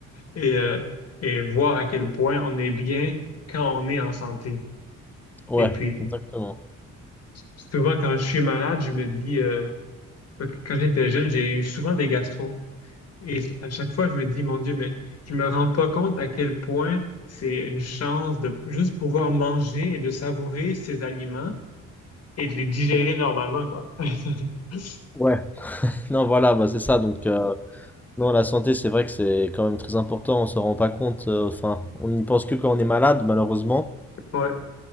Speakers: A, on the left; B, in the centre.
A: et, euh, et voir à quel point on est bien quand on est en santé.
B: Ouais,
A: Et puis,
B: exactement.
A: souvent, quand je suis malade, je me dis, euh, quand j'étais jeune, j'ai eu souvent des gastros. Et à chaque fois, je me dis, mon Dieu, mais je me rends pas compte à quel point c'est une chance de juste pouvoir manger et de savourer ces aliments et de les digérer normalement, quoi. <laughs>
B: Ouais. Non, voilà, bah c'est ça. Donc, euh, non, la santé, c'est vrai que c'est quand même très important. On s'en rend pas compte. euh, Enfin, on n'y pense que quand on est malade, malheureusement.
A: Ouais,